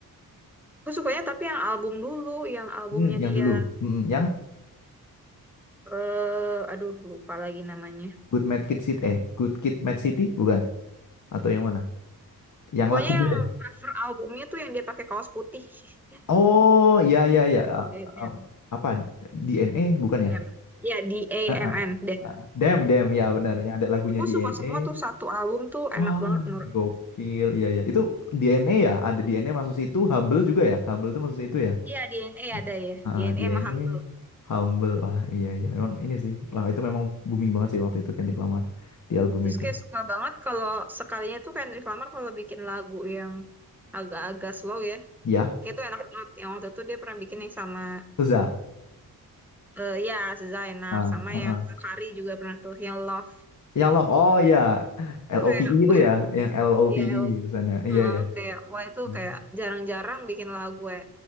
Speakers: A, in the centre; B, on the left.
A: Aku sukanya tapi yang album dulu, yang albumnya
B: Hmm, yang
A: dia,
B: dulu. Hmm, yang
A: eh, aduh lupa lagi namanya.
B: Good Mad Kid City eh Good Kid Mad City bukan? Atau yang mana? Yang
A: Pokoknya
B: lagunya
A: yang
B: deh.
A: cover albumnya tuh yang dia pakai kaos putih. <laughs>
B: Oh, iya iya iya.
A: Dem,
B: Ah,
A: dem, dem,
B: ah, apa DNA bukan ya?
A: dem. Ya, D A
B: Ah,
A: M
B: ah,
A: N, dem.
B: ah. Damn, damn ya benar. Yang ada lagunya
A: Aku
B: DNA.
A: suka semua tuh satu album tuh
B: Wah,
A: enak banget menurut.
B: gokil. Iya iya. Itu DNA ya? Ada DNA masuk situ, Humble juga ya? Humble itu masuk situ ya?
A: Iya, DNA
B: Ah,
A: ada ya,
B: ah,
A: DNA
B: DNA
A: sama Humble.
B: Humble. lah. iya iya. Emang ini sih. Wah, itu memang booming banget sih waktu itu Kendrick Lamar di album
A: Terus
B: itu.
A: kayak suka banget kalau sekalinya tuh Kendrick Lamar kalau bikin lagu yang agak-agak slow ya.
B: Ya,
A: Kayak tuh enak banget. Yang waktu itu dia pernah bikin yang sama
B: Seza.
A: Eh, ya, Seza enak.
B: Ah,
A: Sama
B: ah,
A: yang
B: ah.
A: Zakari juga pernah tuh, yang Love.
B: Yang love. Oh iya.
A: Itu
B: LOVE
A: Kayak,
B: itu
A: wah,
B: ya, yang LOVE
A: iya, Love.
B: tulisannya. Iya
A: Eh,
B: iya.
A: kayak, wah itu
B: Hmm.
A: kayak jarang-jarang bikin lagu eh,